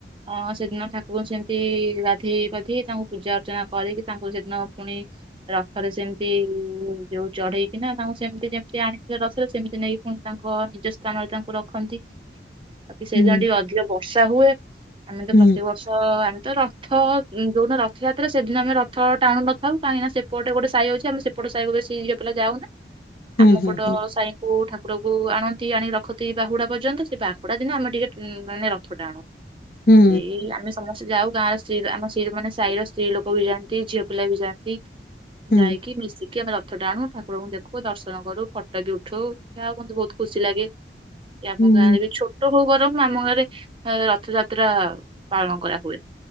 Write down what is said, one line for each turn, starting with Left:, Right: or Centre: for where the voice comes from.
Right: ଅ ସେଦିନ ଠାକୁରଙ୍କୁ ସେମିତି ଗାଧେଇ ବାଧେଇ ତାଙ୍କୁ ପୂଜା ଅର୍ଚ୍ଚନା କରିକି ତାଙ୍କୁ ସେଦିନ ପୁଣି ରଥରେ ସେମିତି ଯୋଉ ଚଢେଇକିନା ତାଙ୍କୁ ସେମିତି ଯେମିତି ଆଣିଥିଲେ ରସରେ ସେମିତି ନେଇକି ପୁଣି ତାଙ୍କ ନିଜ ସ୍ତା ସ୍ଥାନରେ ତାଙ୍କୁ ରଖନ୍ତି। ବାକି ସେଇଦିନ
Left: ହୁଁ
Right: ଟିକେ ଅଧିକ ବର୍ଷା ହୁଏ ଆମେ ତ
Left: ହୁଁ
Right: ପ୍ରତିବର୍ଷ ଅ ତ ରଥ ଯୋଉଦିନ ରଥଯାତ୍ରା ସେଦିନ ଆମେ ରଥ ଟାଣୁ ନଥାଉ କାହିଁକିନା ସେପଟେ ଗୋଟେ ସାହି ଅଛି ଆମେ ସେପଟ ସାହିକୁ ବେଶୀ ଇଏ ପିଲା ଯାଉନା।
Left: ହୁଁ
Right: ଆମ
Left: ହୁଁ
Right: ପଟ ସାଇଙ୍କୁ ଠାକୁର କୁ ଆଣ ତି ଆଣିକ ରଖନ୍ତି ବାହୁଡା ପର୍ଯ୍ୟନ୍ତ ସେ ବାହୁଡା ଦିନ ଆମେ ଟିକେ ମାନେ ରଥ ଟାଣୁ
Left: ହୁଁ
Right: ସେଇ ଆମେ ସମସ୍ତେ ଯାଉ। ଗାଁ ର ସ୍ତ୍ରୀ ଆମ ମାନେ ସାହି ର ସ୍ତ୍ରୀ ଲୋକ ବି ଯାଆନ୍ତି ଝିଅ ପିଲା ବି ଯାଆନ୍ତି
Left: ହୁଁ
Right: ଯାଇକି
Left: ହୁଁ
Right: ମିଶିକି ଆମେ ରଥ ଟା ଣୁ ଠାକୁରଙ୍କୁ ଦେଖୁ ଦର୍ଶନ କରୁ ଫଟୋ ବି ଉଠୁ ଯଉୁନ୍ତୁ ବହୁତ ଖୁସି ଲାଗେ। କି ଆମ
Left: ହୁଁ
Right: ଗାଁରେ ବି ଛୋଟ ହଉ ବରମ୍ ଆମ ଘରେ ରଥଯାତ୍ରା ପାଳନ କରା ହଏ